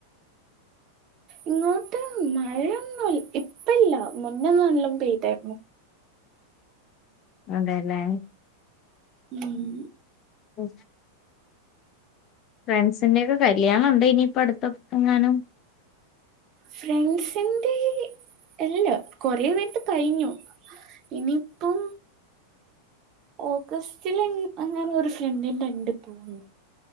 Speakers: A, on the right (about 35°); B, on the left (about 35°).
A: ഇങ്ങോട്ട് മഴ ഒന്നും ഇപ്പല്ല മുന്നെ നല്ലും പെയ്തായിരുന്നു
B: അതെലേ
A: ഉം
B: എ ഫ്രണ്ട്സിന്റെയ ഒക്കെ കല്യാണം ഉണ്ടോ ഇനിയിപ്പ അടുത്ത എങ്ങാനും
A: ഫ്രണ്ട്സിന്റെ ഇല്ല കൊറേ പേര്തെ കഴിഞ്ഞു ഇനിയിപ്പം ഓഗസ്റ്റില് എങ്ങാനും ഒരു ഫ്രണ്ടിന്റെ ണ്ട് തോന്നുന്നു